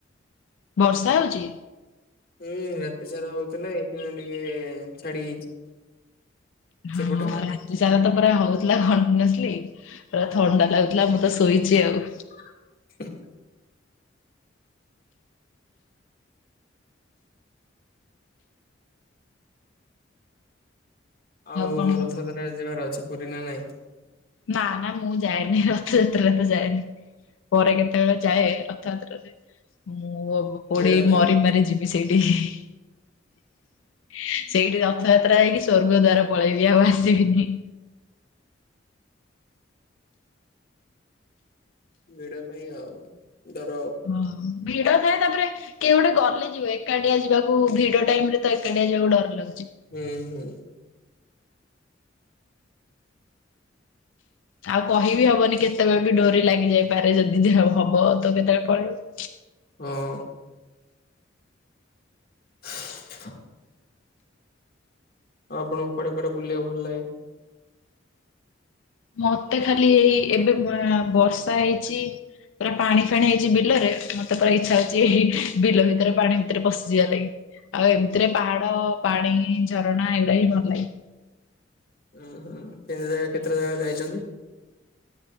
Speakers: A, on the left; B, on the left.
A: ବର୍ଷା ହଉଛି।
B: ହୁଁ ରାତି ସାରା ହଉଥିଲା ଏଇ ଖିନା ଟିକେ ଛାଡି ଯାଇଛି।
A: ହଁ
B: ସେପଟେ।
A: ରାତି ସାରା ତ ପୁରା ହଉଥିଲା କଣ୍ଟିନ୍ୟୁସଲି ପୁରା ଥଣ୍ଡା ଲାଗୁଥିଲା। ଲା ମୁଁ ତ ଶୋଇଛି ଆଉ।
B: ହ ଆଉ
A: କଣ କୁହ?
B: ରଥଯାତ୍ରା ଯିବାର ଅଛି ପୁରୀ ନା ନାଇଁ।
A: ନା ନା ମୁଁ ଯାଏନି ରଥଯାତ୍ରା ତ ଯାଏନି। ପରେ କେତେବେଳେ ଯାଏ ରଥଯାତ୍ରରେ ମୁଁ। କୋଡେଇ
B: ଭିଡ ପାଇଁ।
A: ମରି ମାର ଯିବି ସେଇଠି। ସେଇଠି ରଥଯାତ୍ରା ହେଇକି ସବର୍ଗ ଦ୍ଵାର ପଳେଇବି ଆଉ ଆସିବିନି।
B: ଭିଡ ପାଇଁ ଆଉ ଧର ଆଉ।
A: ଓ ଭିଡଓ ଥାଏ ତାପରେ କେହି ଗୋଟେ ଗଲେ ଯିବ ଏକାଠିଆ ଯିବାକୁ ଭିଡ ଟାଇମ ରେ ତ ଏକାଠିଆ ଯିବାକୁ ଡର ଲାଗୁଛି।
B: ହୁଁ ହୁଁ
A: ଆଉ କହିବି ହବନି କେତେବେଳେ ବି ଡୋରି ଲାଗିଯାଇପାରେ ଯଦି ଯ ହବ ତ କେତେବେଳେ ପଳେଇବ।
B: ହଁ। <inaudible> ଆଉ ଆପଣଙ୍କୁୁ କୁଆଡେ କୁଆଡେ ବୁଲିବାକୁ ଭଲ ଲାଗେ।
A: ମତେ ଖାଲି ଏଇ ଏବେ ପୂରା ବର୍ଷା ହେଇଛି। ପୁରା ପାଣି ଫାଣି ହେଇଛି ବିଲରେ ମତେ ପୁରା ଇଚଛା ହଉଛି ଏଇ ବିଲ ଭିତରେ ପାଣି ଭିତରେ ପଶିଯିବା ଲାଗି। ଆଉ ଏମିତିରେ ପାହାଡ ପାଣି ଝରଣା ଏଗୁଡା ହିଁ ଭଲ ଲାଗେ।
B: ଉୁଁ ହୁଁ ତିନି ଜାଗା କେତେ ଜାଗା ଯାଇଛନ୍ତି।